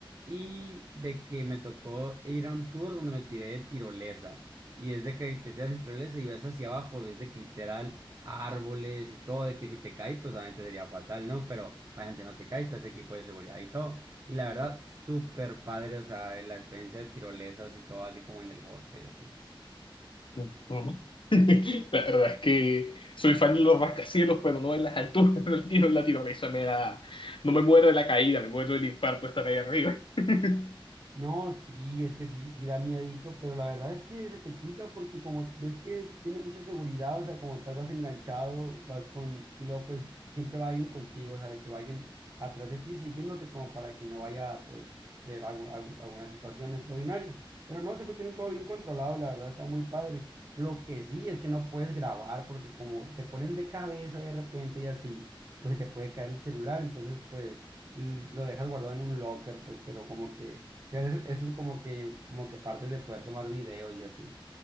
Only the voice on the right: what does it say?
y de que me tocó ir a un tour donde me tiré de tirolesa, y es de que te tiras en tirolesa y ves hacia abajo, ves de que literal a árboles y todo, de que si te caes, pues obviamente sería fatal, ¿no? Pero obviamente no te caes, te hace equipo de seguridad y todo. Y la verdad, súper padre, o sea, la experiencia de tirolesas y todo, así como en el bosque y así.
No, sí, es que sí, sí da miedito, pero la verdad es que se te quita porque como ves que tiene mucha seguridad, o sea, como tal vas enganchado, vas con, y luego pues siempre va alguien contigo, o sea, de que va alguien atrás de ti siguiéndote como para que no vaya pues suceder algu- algu- alguna situación extraordinaria. Pero no, siempre tienen todo bien controlado y la verdad está muy padre. Lo que sí es que no puedes grabar porque como te ponen de cabeza de repente y así, pues te puede caer el celular, entonces pues l- lo dejas guardado en un locker, pues, pero como que que Eso eso es como que, como que parte de poder tomar videos y así.